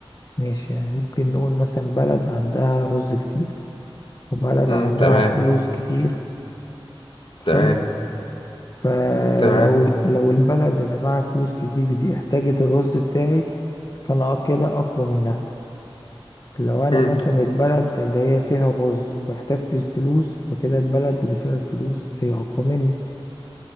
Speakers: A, on the left; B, on the left.
A: ماشي يعني ممكن نقول مثلا بلد عندها رز كتير وبلد
B: مم.
A: عندها
B: تمام
A: فلوس كتير
B: تمام
A: حلو فلو
B: مم. تمام
A: ال- لو البلد اللي معاها فلوس كتير دي احتاجت الرز بتاعي فانا أ- كده اقوى منها لو انا
B: مم.
A: مثلا البلد اللي هي فيها الرز واحتاجت الفلوس فكده البلد اللي فيها الفلوس هي اقوى مني